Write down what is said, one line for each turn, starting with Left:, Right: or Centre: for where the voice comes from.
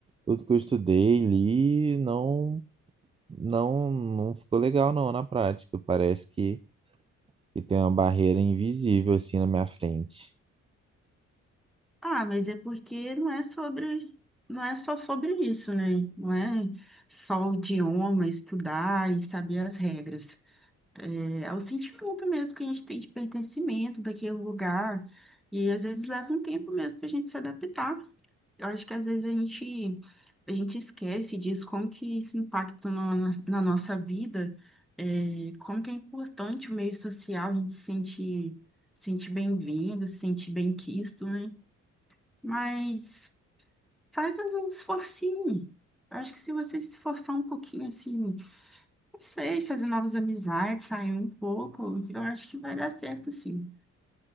Right: tudo que eu estudei, li, não, não, não ficou legal não na prática. Parece que, que tem uma barreira invisível assim na minha frente.
Centre: Ah, mas é porque não é sobre, não é só sobre isso, né? Não é só o idioma, estudar e saber as regras. É, é o sentimento mesmo que a gente tem de pertencimento daquele lugar. E às vezes leva um tempo mesmo para a gente se adaptar. Eu acho que às vezes a gente, a gente esquece disso, como que isso impacta na, na, na nossa vida, é, como que é importante o meio social, a gente se sente, se sente bem-vindo, se sente bem-quisto, né? Mas faz um esforcinho. Eu acho que se você se esforçar um pouquinho, assim, não sei, fazer novas amizades, sair um pouco, eu acho que vai dar certo, sim.